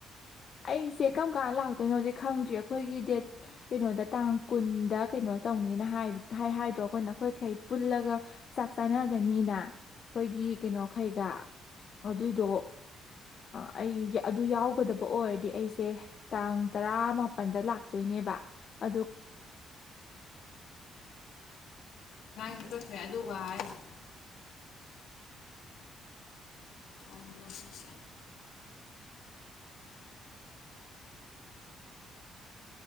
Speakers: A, on the left; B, on the left.
A: ꯑꯩꯁꯦ ꯀꯔꯝ ꯀꯥꯟ ꯂꯥꯛꯇꯣꯏꯅꯣꯗꯤ ꯈꯪꯗ꯭ꯔꯤ ꯑꯩꯈꯣꯏꯒꯤ ꯗꯦꯠ ꯀꯩꯅꯣꯗ ꯇꯥꯡ ꯀꯨꯟꯗ ꯀꯩꯅꯣ ꯇꯧꯅꯤꯅ ꯍꯥꯏꯗ꯭ꯔꯣ ꯑꯩꯈꯣꯏꯅ ꯑꯩꯈꯣꯏꯈꯩ ꯄꯨꯜꯂꯒ ꯆꯥꯛ ꯆꯥꯅꯒꯅꯤꯅ ꯑꯩꯈꯣꯏꯒꯤ ꯀꯩꯅꯣ ꯈꯩꯒ ꯑꯗꯨꯏꯗꯣ ꯑꯩ ꯑꯗꯨ ꯌꯥꯎꯒꯗꯕ ꯑꯣꯏꯔꯗꯤ ꯑꯩꯁꯦ ꯇꯥꯡ ꯇꯔꯥꯃꯄꯜꯗ ꯂꯥꯛꯇꯣꯏꯅꯦꯕ ꯑꯗꯨ
B: <unintelligible> ꯑꯗꯨꯒꯥ ꯍꯥꯌꯕꯥ ꯑꯣ ꯃꯁꯤ ꯃꯁꯤ